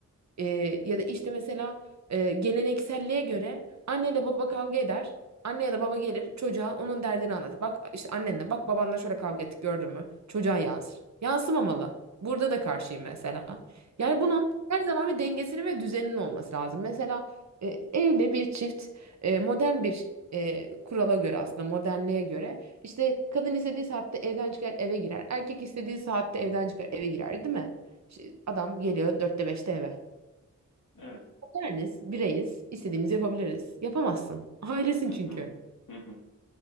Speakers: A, on the right; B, on the left.
A: ee, ya da işte mesela e, gelenekselliğe göre anne anneyle baba kavga eder. Anne ya da baba gelir çocuğa onun derdini anlatır. Bak işte annenle bak babanla şöyle kavga ettik gördün mü? Çocuğa yansır. Yansımamalı. Burada da karşıyım mesela. Yani
B: hı hı.
A: bunun her zaman bir dengesinin ve düzeninin olması lazım. Mesela e, evli bir çift e, modern bir e, kurala göre aslında modernliğe göre işte kadın istediği saatte evden çıkar eve girer. Erkek istediği saatte evden çıkar eve girer değil mi? İşte adam geliyor dörtte beşte eve.
B: Evet.
A: Berniz, bireyiz, istediğimizi yapabiliriz. Yapamazsın. Ailesin
B: Hı
A: çünkü.
B: hı, hı hı.